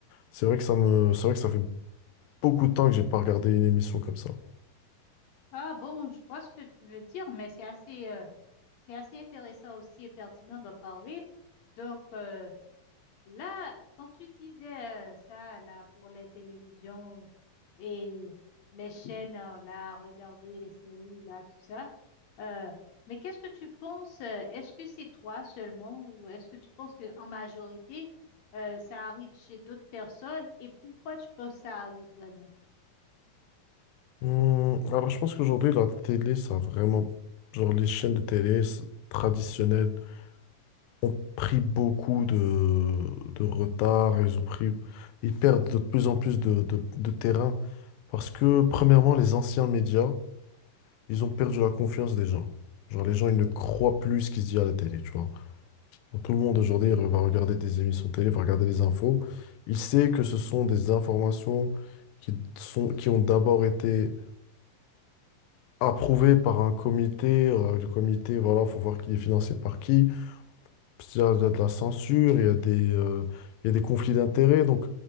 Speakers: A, on the left; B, on the left.
A: c'est vrai que ça me, c'est vrai que ça fait beaucoup de temps que j'ai pas regardé une émission comme ça.
B: Ah bon, je vois ce que tu veux dire, mais c'est assez, euh, c'est assez intéressant aussi et pertinent d'en parler. Donc, euh, Là, quand tu disais euh, ça, là, pour les télévisions et les chaînes, euh, là, regarder les séries, là, tout ça, euh, mais qu'est-ce que tu penses? euh, Est-ce que c'est toi seulement ou est-ce que tu penses que en majorité, euh, ça arrive chez d'autres personnes et pourquoi tu penses que ça arrive vraiment?
A: Hum, alors, je pense qu'aujourd'hui, la télé, ça a vraiment, genre, les chaînes de télé c- traditionnelles ont pris beaucoup de, de retard, ils ont pris, ils perdent de plus en plus de, de de terrain parce que, premièrement, les anciens médias, ils ont perdu la confiance des gens. Genre, les gens, ils ne croient plus ce qui se dit à la télé, tu vois. Genre, tout le monde aujourd'hui va regarder des émissions télé, va regarder les infos. Il sait que ce sont des informations qui sont, qui ont d'abord été approuvées par un comité. euh, le comité, voilà, faut voir qui est financé par qui. Parce y a, il y a de la censure, il y a des, euh, il y a des conflits d'intérêts. Donc,